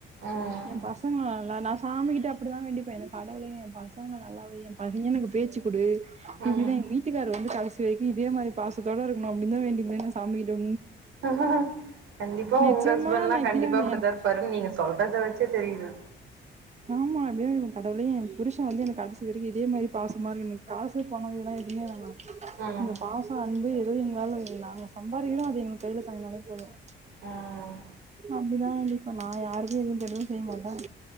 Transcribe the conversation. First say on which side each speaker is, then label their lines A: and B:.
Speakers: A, on the right (about 85°); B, on the right (about 35°).
A: ம்
B: என் பசங்களும் நல்லா நான் சாமி கிட்ட அப்படிதான் வேண்டி பேன் என் கடவுளே என் பா பசங்க நல்லா வை என் பசங்களுக்கு எனக்கு பேச்சு கொடு இப்படிதான்
A: ம்
B: எங்க வீட்டுக்கார வந்து கடைசி வைக்கும் இதே மாதிரி பாசத்தோட இருக்கணும் அப்டினு தான் வேண்டிபேன் சாமிகிட்ட
A: ஹ கண்டிப்பா
B: நிஜமா
A: உங்க ஹஸ்பண்ட் எல்லாம்
B: நா இப்படிதா
A: கண்டிப்பா
B: வேண்டுவே
A: இப்டிதான்
B: என
A: இருப்பாருனு நீங்க சொல்றத வச்சே தெரியுது
B: ஆமா அப்படி தான் கடவுளே என் புருஷன் வந்து எனக்கு கடைசி வரைக்கு இதே மாதிரி பாசமா இருக்கனும் எனக்கு காசு பணம் இதெல்லாம் எதுமே வேணா
A: ம்
B: இந்த பாசம் அன்பு ஏ எங்களால நாங்க சம்பாதிக்கிறோம் அது எங்க கையில தங்கனாலே போதும்
A: ம்
B: அப்படிதான் வேண்டிப்பேன் இப்ப நான் யாருக்கு இருந்து எதுவும் செய்ய மாட்டேன்